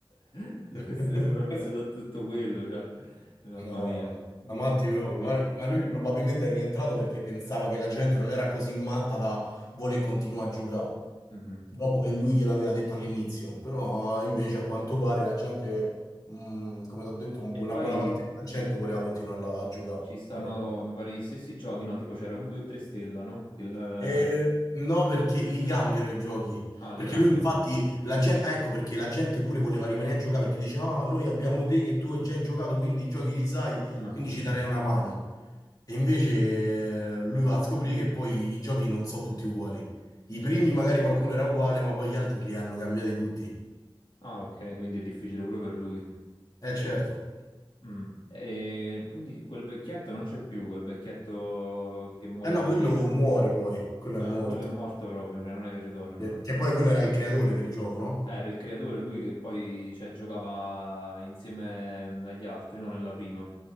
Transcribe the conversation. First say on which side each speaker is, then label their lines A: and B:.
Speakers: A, on the left; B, on the left.
A: <laughs> dopo
B: <laughs>
A: essere sopravvissuto a tutto quello, cioè, mamma
B: No,
A: mia,
B: no.
A: vinci
B: Amatti
A: tutti
B: proprio.
A: quei soldi.
B: Ma, ma lui probabilmente è rientrato perché pensava che la gente non era così matta da voler continuare a giocare.
A: Mhm.
B: Dopo che lui gliel'aveva detto all'inizio. Però invece a quanto pare la gente, mh, come ti ho detto, una
A: E poi
B: buona parte della gente voleva continuare a, a giocare.
A: ci stanno,
B: Però...
A: mi pare, gli stessi giochi, no? Tipo c'era un 2 e 3 stella, no? Che il-
B: Eh, no, perché li cambiano i giochi.
A: Ah, li
B: Perché
A: cambiano.
B: lui, infatti, la gente, ecco perché la gente pure voleva rimanere a giocare perché dice: Ah, noi abbiamo te che tu hai già giocato, quindi i giochi li sai,
A: Ah,
B: quindi ci darei una mano. E invece eh, lui va a scoprire che poi i giochi non sono tutti uguali. I primi magari qualcuno era uguale, ma poi gli altri li hanno cambiati tutti.
A: Ah, ok, quindi è difficile pure per lui.
B: Eh, certo.
A: Mm. E quindi quel vecchietto non c'è più, quel vecchietto che muore
B: Eh no,
A: alla
B: quello
A: fine, no?
B: muore poi, quello
A: Ah,
B: è morto.
A: quello è morto proprio, cioè non è che ritorna.
B: Eh, Che poi quello era il creatore del gioco, no?
A: Eh, Era il creatore, lui che poi cioè, giocava insieme mm, agli altri, no? Nella prima.